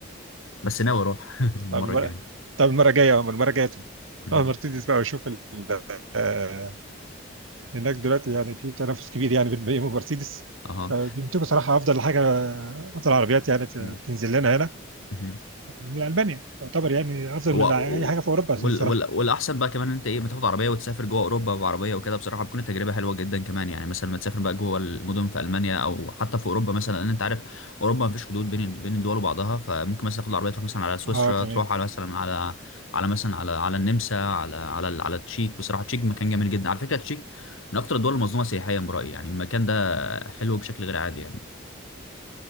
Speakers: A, on the left (about 80°); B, on the right (about 75°).
A: بس ناوي اروح <laughs> المره
B: طب المره
A: الجايه
B: طب المره الجايه أما المره الجايه
A: مهم.
B: اه مرسيدس بقى وشوف ال... آه، هناك دلوقتي يعني في تنافس كبير يعني بين بي ام ومرسيدس
A: اها
B: آه، بينتجوا صراحه افضل حاجه افضل عربيات يعني في-
A: مم.
B: بتنزل لنا هنا
A: مهم.
B: من ألبانيا يعتبر يعني أفضل
A: و...
B: من
A: و...
B: أي حاجة في أوروبا الصراحة
A: وال... وال... والاحسن بقى كمان إن انت ايه ما تاخد عربيه وتسافر جوه اوروبا بعربيه وكده بصراحه بتكون التجربه حلوه جدا كمان يعني مثلا ما تسافر بقى جوه المدن في المانيا او حتى في اوروبا مثلا لان انت عارف اوروبا ما فيش حدود بين بين الدول وبعضها فممكن مثلا تاخد العربيه تروح مثلا على سويسرا
B: أه تمام
A: تروح على مثلا على على مثلا على على النمسا على على ال- على التشيك بصراحه التشيك مكان جميل جدا على فكره التشيك من اكتر الدول المظلومه سياحيا برايي يعني المكان ده حلو بشكل غير عادي يعني